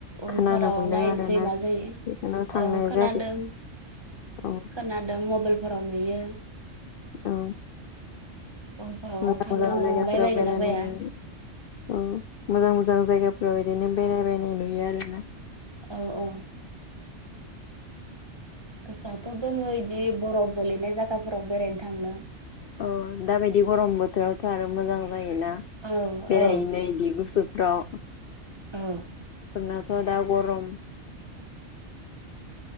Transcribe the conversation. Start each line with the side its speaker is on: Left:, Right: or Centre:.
Right: उनफोराव
Left: खोनानो मोनदों
Right: नायनोसै
Left: आरोना
Right: मा जायो।
Left: बेखौनो थांनाय
Right: ओं खोनादों
Left: जायाखै औ
Right: खोनादों मबाइलफोराव नुयो
Left: औ।
Right: उनफोराव
Left: मोजां
Right: थांनो
Left: मोजां
Right: मोनबाय
Left: जायगाफोराव
Right: बायगोन
Left: बेनोनि
Right: ना बाया
Left: औ मोजां मोजां जायगाफोराव बिदिनो बेरायबायनाय नुयो आरोना।
Right: औ औ। गोसोआथ' जोङो बिदि बरफ गोलैनाय जायगाफोराव बेरायनो थांनो।
Left: अ दाबायदि गरम बोथोरावथ' आरो मोजां। जायोना
Right: औ
Left: बेरायहैनो
Right: औ
Left: बिदि गुसफ्राव
Right: औ
Left: फोरनाथ' दा गरम